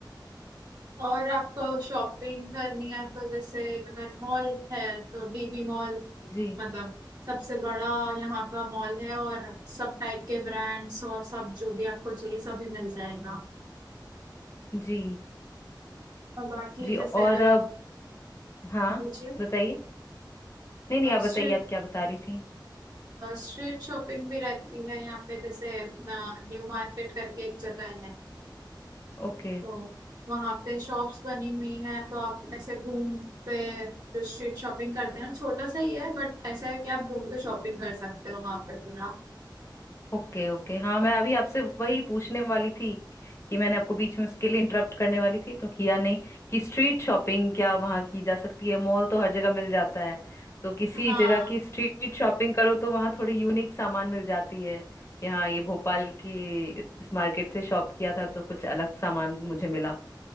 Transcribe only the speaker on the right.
और आपको शॉपिंग करनी है तो जैसे अगर मॉल है तो डीवी मॉल
मतलब सबसे बड़ा यहाँ का मॉल है और सब टाइप के ब्रांड्स और सब जो भी आपको चाहिए सभी मिल जाएगा
और बाकी
जैसे
अगर आप
पूछिए
स्ट्रीट
स्ट्रीट शॉपिंग भी रहती है यहाँ पे जैसे न्यू मार्केट करके एक जगह है
तो वहां पे शॉप्स बनी हुई हैं तो आप ऐसे घूम पे जो स्ट्रीट शॉपिंग करते हैं ना छोटा सा ही है बट ऐसा है कि आप घूम के शॉपिंग कर सकते हो वहां पे पूरा
हाँ